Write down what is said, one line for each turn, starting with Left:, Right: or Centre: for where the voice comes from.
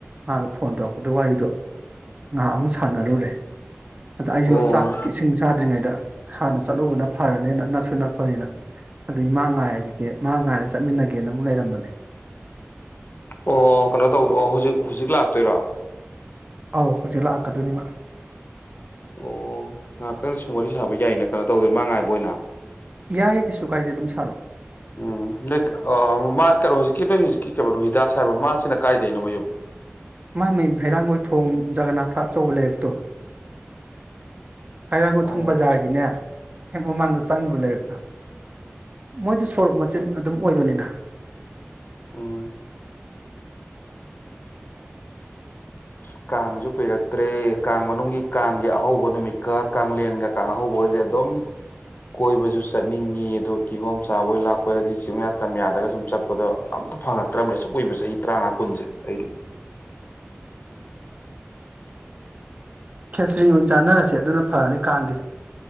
Right: ꯃꯥꯅ ꯐꯣꯟ ꯇꯧꯔꯛꯄꯗ ꯋꯥꯔꯤꯗꯣ ꯉꯥꯏꯍꯥꯛ ꯑꯃꯨꯛ ꯁꯥꯟꯅꯔꯨꯔꯦ ꯑꯗ ꯑꯩꯁꯨ
Left: ꯑꯣ
Right: ꯆꯥꯛ ꯏꯁꯤꯡ ꯆꯥ ꯇ꯭ꯔꯤꯉꯩꯗ ꯍꯥꯟꯅ ꯆꯠꯂꯨꯕꯅ ꯐꯔꯅꯦꯅ ꯅꯛꯁꯨ ꯅꯛꯄꯅꯤꯅ ꯑꯗꯨꯗꯤ ꯃꯥ ꯉꯥꯏꯔꯈꯤꯒꯦ ꯃꯥ ꯉꯥꯏꯔꯒ ꯆꯠꯃꯤꯟꯅꯒꯦꯅ ꯑꯃꯨꯛ ꯂꯩꯔꯝꯕꯅꯦ
Left: ꯑꯣ ꯀꯩꯅꯣ ꯇꯧꯗꯣ ꯑꯣ ꯍꯧꯖꯤꯛ ꯍꯧꯖꯤꯛ ꯂꯥꯛꯇꯣꯏꯔꯣ
Right: ꯑꯥꯎ ꯂꯥꯛꯀꯗꯩꯅꯤ ꯃꯥ
Left: ꯑꯣ ꯉꯥꯏꯍꯥꯛꯇꯪ ꯁꯨꯝ ꯋꯥꯔꯤ ꯁꯥꯕ ꯌꯥꯏꯅ ꯀꯩꯅꯣ ꯇꯧꯗꯣꯢ ꯃꯥ ꯉꯥꯏꯕ ꯑꯣꯏꯅ
Right: ꯌꯥꯏꯌꯦ ꯀꯩꯁꯨ ꯀꯥꯏꯗꯦ ꯑꯗꯨꯝ ꯁꯥꯔꯛꯑꯣ
Left: ꯎꯝ ꯅꯣꯏ ꯀꯩꯅꯣ ꯍꯧꯖꯤꯛꯀꯤ ꯅꯣꯏ ꯍꯧꯖꯤꯛꯀꯤ ꯔꯨꯍꯤꯗꯥꯁ ꯍꯥꯏꯔꯕ ꯃꯥꯁꯤꯅ ꯀꯥꯏꯗꯅꯣ ꯃꯌꯨꯝ
Right: ꯃꯥꯏ ꯃꯥꯏ ꯍꯩꯔꯥꯡꯒꯣꯏ ꯊꯣꯡ ꯖꯒꯅꯥꯊ ꯑꯆꯧꯕ ꯂꯩꯔꯛꯇꯣ ꯍꯩꯔꯥꯡꯒꯣꯏꯊꯣꯡ
Left: ꯑꯣ
Right: ꯕꯖꯥꯔꯒꯤꯅꯦ ꯍꯦꯛ ꯃꯃꯥꯡꯗ ꯆꯪꯒꯤꯕ ꯂꯩꯥꯔꯛꯇꯣ ꯃꯣꯏꯗꯤ ꯁꯣꯔꯣꯛ ꯃꯆꯤꯟ ꯑꯗꯨꯝ ꯑꯣꯏꯗꯣꯢꯅꯤꯗ
Left: ꯎꯝ <unintelligible> ꯀꯥꯡꯁꯨ ꯀꯨꯏꯔꯛꯇ꯭ꯔꯦ ꯀꯥꯡ ꯃꯅꯨꯡꯒꯤ ꯀꯥꯡꯒꯤ ꯑꯍꯧꯕ ꯅꯨꯃꯤꯠꯀ ꯀꯥꯡꯂꯦꯟꯒ ꯀꯥꯡ ꯑꯍꯧꯕꯒꯁꯦ ꯑꯗꯨꯝ ꯀꯣꯏꯕꯁꯨ ꯆꯠꯅꯤꯡꯉꯤ ꯑꯗꯨ ꯀꯤꯍꯣꯝ ꯆꯥꯕꯣꯏ ꯂꯥꯛꯄꯣꯏ ꯍꯥꯏꯗꯤ ꯆꯤꯡꯌꯥ ꯇꯝ ꯌꯥꯗꯒ ꯁꯨꯝ ꯆꯠꯄꯗ ꯑꯝꯇ ꯐꯪꯉꯛꯇ꯭ꯔꯕꯅꯦ ꯑꯁꯨꯛ ꯀꯨꯏꯕ ꯆꯍꯤ ꯇꯔꯥꯃꯉꯥ ꯀꯨꯟꯁꯦ ꯑꯩꯗꯤ
Right: ꯈꯦꯁ꯭ꯔꯤ ꯑꯣꯏꯅ ꯆꯥꯟꯅꯔꯁꯦ ꯑꯗꯨꯅ ꯐꯔꯅꯤ ꯀꯥꯡꯒꯤ